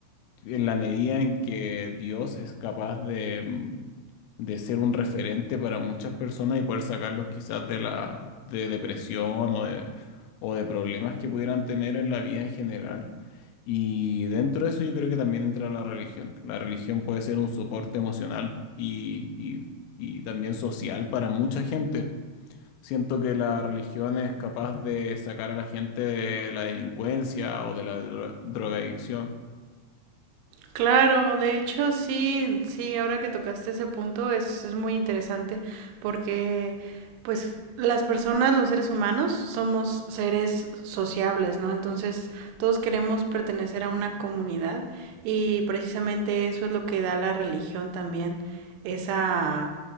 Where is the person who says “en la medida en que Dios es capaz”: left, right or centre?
Left